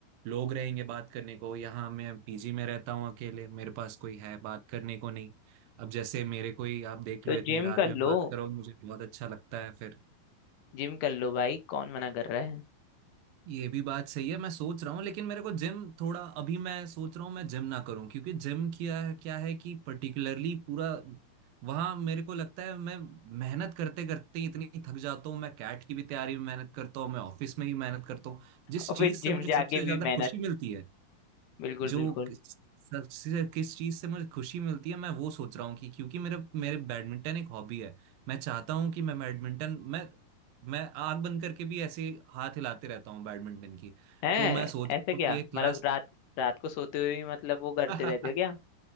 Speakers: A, on the right; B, on the left.
A: लोग रहेंगे बात करने को यहाँ मैं पीजी में रहता हूँ अकेले मेरे पास कोई है बात करने को नहीं अब जैसे मेरे कोई आप देख
B: तो
A: लो इतनी
B: जिम
A: रात
B: कर
A: में
B: लो
A: बात करो मुझे बहुत अच्छा लगता है फिर
B: जिम कर लो भाई कौन मना कर रहा है
A: ये भी बात सही है मैं सोच रहा हूँ लेकिन मेरे को जिम थोड़ा अभी मैं सोच रहा हूँ मैं जिम ना करूँ क्योंकि जिम किया क्या है कि पर्टिकुलरली पूरा वहाँ मेरे को लगता है मैं मेहनत करते करते ही इतनी थक जाता हूँ मैं कैट की भी तैयारी में मेहनत करता हूँ मैं ऑफिस में भी मेहनत करता हूँ जिस
B: और
A: चीज
B: फिर जिम
A: से मुझे सबसे
B: जाके भी
A: ज्यादा
B: मेहनत
A: खुशी मिलती है
B: बिल्कुल
A: जो
B: बिल्कुल
A: किस- सबसे किस चीज से मुझे खुशी मिलती है मैं वो सोच रहा हूँ कि क्योंकि मेरे मेरे बैडमिंटन एक हॉबी है मैं चाहता हूँ कि मैं बैडमिंटन मैं मैं आग बंद करके भी ऐसे हाथ हिलाते रहता हूँ बैडमिंटन की
B: है
A: तो मैं सोच
B: ऐसा
A: रहा
B: क्या
A: हूँ कि एक क्लास
B: मतलब रात रात को सोते हुए भी मतलब वो करते
A: <laughs>
B: रहते हो क्या